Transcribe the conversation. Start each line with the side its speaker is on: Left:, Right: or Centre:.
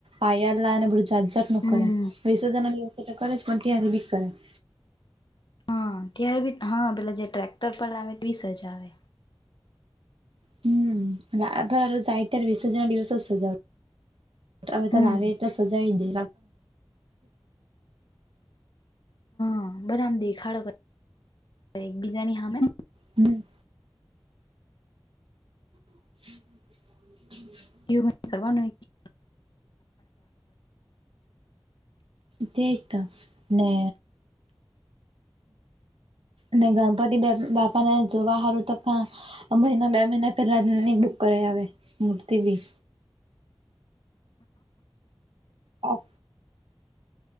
Right: પાયાર લાવેને બધુ જાત જાત નું
Left: હમ
Right: કરે વિસર્જા ના દિવસે કરે જ પણ ત્યાંથી બી કરે.
Left: હા ત્યારે બી હા પેલા જે ટ્રેક્ટર પર લાવે તો સજઆવે.
Right: હમ આય જાય ત્યારે વિસર્જન દિવસ સજાવે. હવે ત
Left: હમ
Right: આવે તો સજાવી દે
Left: હા બધા આમ દેખાડો કર એકબીજાની હામે
Right: હમ <inaudible>
Left: એવું ન કરવાનું હોય.
Right: ઠીક ત ને ને ગણપતિ બાપાને જોવા સારું તો ક અમરીના બે મહિના પહેલાંની બુક કર આવે મૂર્તિ બી ઓ